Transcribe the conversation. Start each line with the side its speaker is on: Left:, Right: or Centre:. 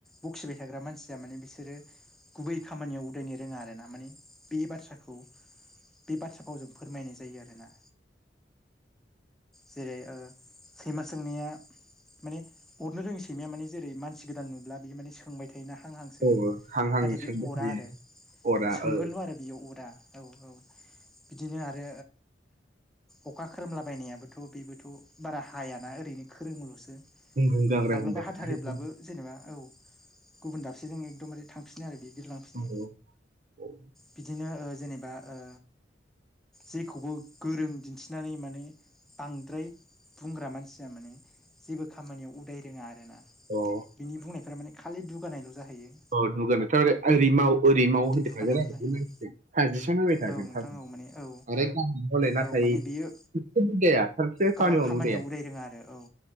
Centre: बखिबाय थाग्रा मानसिया माने बिसोरो गुबै खामानियाव उदायनो रोङा आरो ना माने बे बाथ्राखौ बे बाथ्रा फावजों फोरमायनाय जायो आरोना। जेरै ओ सैमा सोंनाया माने अरनो रोंङै सैमाया माने जेरै मानसि गोदान नुब्ला बियो माने सोंबाय था योना हां हां सोङो
Right: औ औ हां हां
Centre: नाथाय
Right: सोंबाय
Centre: बेखौ
Right: थायो
Centre: अरा आरो
Right: खरा
Centre: सोंगोनल
Right: ओ
Centre: आरो बेयाव अरा औ औ बिदिनो आरो अखा खोरोमलाबायनायाबो थ' बेबोथ' बारा हायाना ओरैनो खोरोमोल'सो
Right: गुं गुं गांग्रां
Centre: माब्लाबा
Right: होनदों
Centre: हाथारोब्लाबो
Right: नालाय
Centre: जेनेबा औ गुबुन दाबसेजों एकदमबारे थांफिनो आरो बिरलांफिनो
Right: औ औ
Centre: बिदिनो ओ जेनेबा ओ जेखौबो गोरों दिन्थिनानै माने बांद्राय बुंग्रा मानसिया माने जेबो खामानियाव उदाय रोङा आरोना
Right: अ
Centre: बिनि बुंनायफोरा माने खालि दुगानायल' जाहैयो।
Right: औ दुगार थारमाने ओरै माव ओरै माव होनबाय
Centre: दुगानायल'
Right: थागोन आरो
Centre: जाहैबाय
Right: बे मानसिया साजेसन होबाय थागोन
Centre: औ नोंथां
Right: थार
Centre: औ माने औ
Right: आरो गावहा हले नाथाय
Centre: औ माने बियो
Right: जेबे उदाया सानसेया
Centre: गावहा
Right: खामानि मावनो
Centre: खामानियाव
Right: उदाया
Centre: उराय रोङा आरो औ